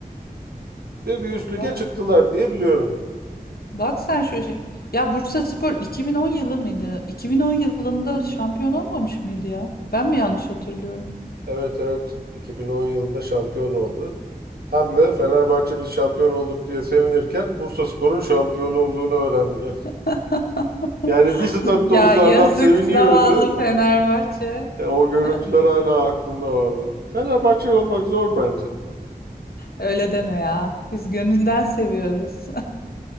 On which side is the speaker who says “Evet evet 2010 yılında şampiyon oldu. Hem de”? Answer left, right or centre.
Right